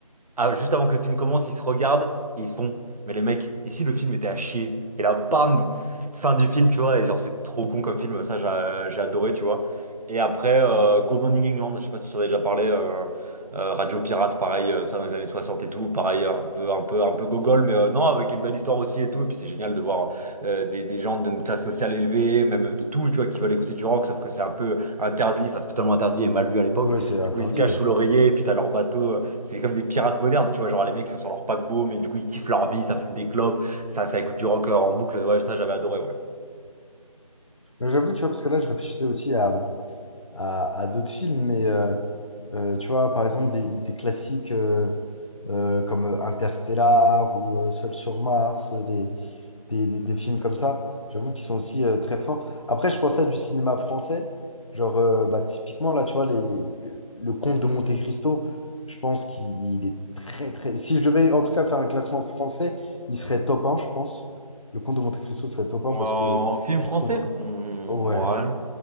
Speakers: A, on the right; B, on the left.
A: Ah, juste avant que le film commence, ils se regardent et ils se font. Mais les mecs, et si le film était à chier? Et là, bam! Fin du film, tu vois. Et genre, c'est trop con comme film. Ça, j'a- j'ai adoré, tu vois. Et après, euh, Good Morning England, je sais pas si tu en as déjà parlé. euh, euh, Radio Pirate, pareil, euh, ça dans les années 60 et tout. Pareil, euh, un peu, un peu, un peu gogol, mais euh, non, avec une belle histoire aussi et tout. Et puis, c'est génial de voir euh, des, des gens d'une classe sociale élevée, même de tout, tu vois, qui veulent écouter du rock, sauf que c'est un peu interdit. Enfin, c'est totalement interdit et mal vu à l'époque.
B: Ouais, c'est interdit,
A: Du coup, ils se cachent
B: ouais.
A: sous l'oreiller, et puis t'as leur bateau. C'est comme des pirates modernes, tu vois, genre les mecs qui sont sur leur paquebot, mais du coup ils kiffent leur vie, ça fume des clopes, ça, ça écoute du rock en boucle, ouais, ça j'avais adoré, ouais.
B: Mais J'avoue, tu vois, parce que là, je réfléchissais aussi à, à, à d'autres films, mais euh, euh, tu vois, par exemple, des, des- des classiques euh, euh, comme euh, Interstellar ou euh, Seul sur Mars, euh, des, des, des- des films comme ça. J'avoue qu'ils sont aussi euh, très forts. Après, je pensais à du cinéma français. Genre, euh, bah, typiquement, là, tu vois, les, les- le Comte de Monte-Cristo, je pense qu'il est très, très. Si je devais en tout cas faire un classement français, il serait top un je pense. Le Comte de Monte-Cristo serait top
A: En
B: un parce que
A: film
B: je
A: français?
B: trouve.
A: Hmm,
B: Ouais.
A: ouais,